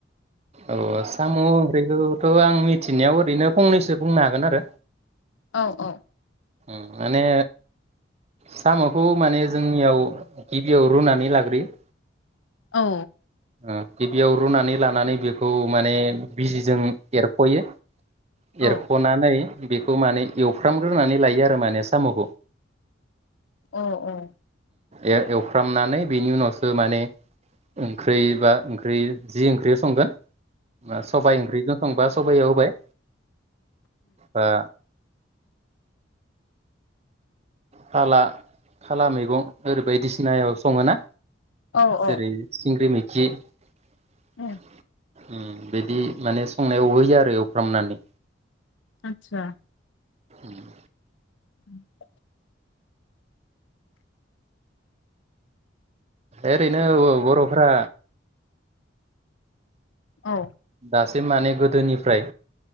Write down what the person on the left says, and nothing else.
औ औ
औ।
औ
औ औ।
ओं
औ
औ
आतसा
<unintelligible>
औ